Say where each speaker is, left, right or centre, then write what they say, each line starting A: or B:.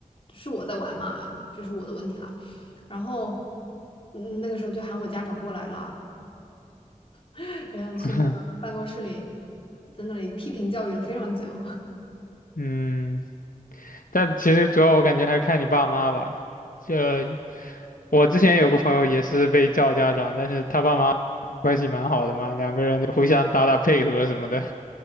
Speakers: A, on the left (about 45°); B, on the left (about 85°).
A: 是我在玩嘛，这是我的问题了。然后嗯，那个时候就喊我家长过来了，<laughs> 然后去那个办公室里
B: <laughs>
A: 在那里批评教育了非常久。
B: 嗯，但其实主要我感觉还是看你爸妈吧。这我之前有个朋友也是被叫家长，但是他爸妈关系蛮好的嘛，两个人就互相打打配合什么的。